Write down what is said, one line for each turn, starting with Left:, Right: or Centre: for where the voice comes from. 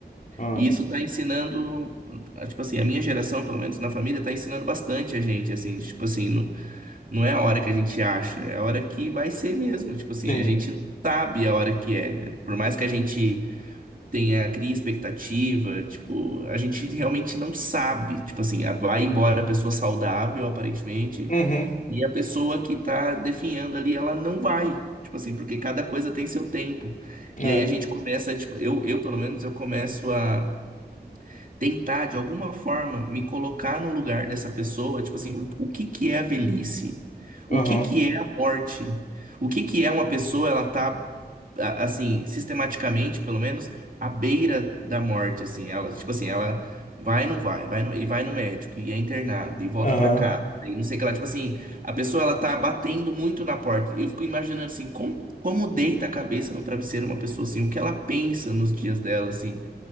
Left: Ah,
Right: E isso está ensinando, ah, tipo assim, a minha geração, pelo menos na família, está ensinando bastante a gente, assim, tipo assim, não, não é a hora que a gente acha, é a hora que vai ser mesmo, tipo assim,
Left: sim.
Right: a gente não sabe a hora que é. Por mais que a gente tenha, cria expectativa, tipo, a gente realmente não sabe, tipo assim, a- vai embora a pessoa saudável, aparentemente,
Left: Uhum,
Right: e a pessoa que está definhando ali, ela não vai. Tipo assim, porque cada coisa tem seu tempo.
Left: é,
Right: E aí a gente começa, tipo, eu, eu pelo menos, eu começo a tentar de alguma forma me colocar no lugar dessa pessoa, tipo assim, o, o que que é a velhice?
Left: aham,
Right: O que que é a morte? O que que é uma pessoa, ela tá a- assim, sistematicamente, pelo menos, à beira da morte, assim, ela, tipo assim, ela vai e não vai, vai no- e vai no médico e é internada e volta
Left: aham.
Right: pra cá. E não sei o que ela, tipo assim, a pessoa ela tá batendo muito na porta. Eu fico imaginando assim, como como deita a cabeça no travesseiro uma pessoa assim, o que ela pensa nos dias dela assim.